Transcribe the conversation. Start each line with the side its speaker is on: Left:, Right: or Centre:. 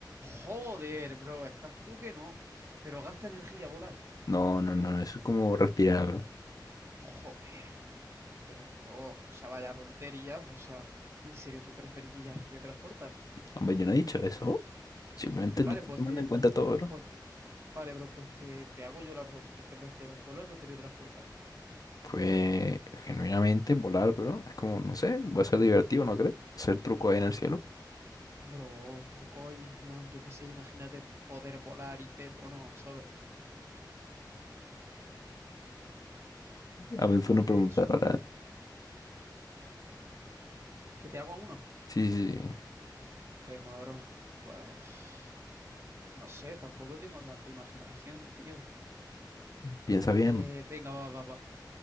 Right: Joder, bro, estás tú que no. Pero gasta energía volar.
Left: No, no, no, eso es como respirar, bro.
Right: Joder. Pero, bro, o sea, vaya tonterías, o sea, en serio, tú preferirías teletransportarte.
Left: Hombre, yo no he dicho eso. Simplemente
Right: Vale,
Left: lo estoy
Right: pues
Left: tomando
Right: te,
Left: en cuenta todo, bro.
Right: pues te- vale, bro, pues te, te hago yo la pregunta, ¿qué prefieres, volar o teletransportarte?
Left: Pues, genuinamente, volar, bro, es como, no sé, va a ser divertido, ¿no crees? Hacer truco ahí en el cielo.
Right: Bro, truco y en plan, yo qué sé, imagínate poder volar y Pedro no, ¿sabes?
Left: A
Right: Imagínate
Left: veces uno pregunta,
Right: eso.
Left: ahora,
Right: ¿Que te hago uno?
Left: sí, sí, sí,
Right: Venga, bro, pues, <sighs> no sé, tampoco tengo tanta imaginación, tío.
Left: piensa bien,
Right: Eh,
Left: bro.
Right: venga, va, va, va.